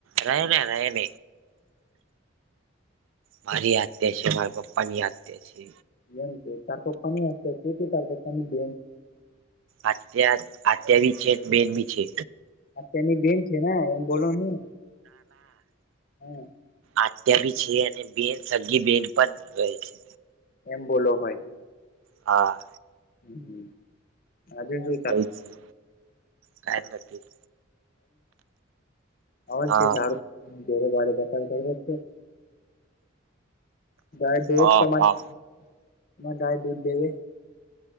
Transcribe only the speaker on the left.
એમ તરફ પાણી શે તે તરફ પાણી દ.
અ તેની બેન છે ને એમ બોલો નહી હા.
એમ બોલો ભાઈ.
હમ આજ જો.
ર
શષળ બેપારરબ છે ગાય દૂધ
તમારેરે
ગાય દૂધ દેવે